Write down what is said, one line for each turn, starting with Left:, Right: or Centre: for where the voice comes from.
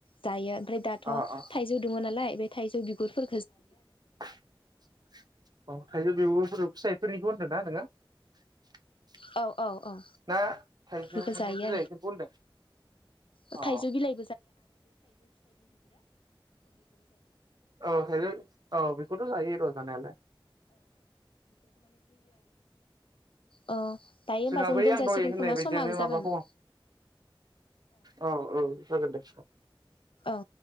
Left: जायो। ओमफ्राय दाथ'
Right: अ अ
Left: थाइजौ दङ नालाय बे थाइजौ बिगुरफोर
Right: <inaudible> <inaudible>
Left: औ। औ औ
Right: ना थाइजौनि
Left: बेखो जायो
Right: बिलाइफोरखौ होनदों
Left: आरो
Right: अ
Left: थाइजौ बिलाइ
Right: औ थाइजौ औ बेखौथ' जायो र' जानायालाय
Left: अ दायो
Right: जोंहा
Left: उमबा जों
Right: बै आं दहाय होननाय बायदियनो
Left: समाबो जाबायमोन
Right: माबा हौवा औ औ जागोनदे।
Left: औ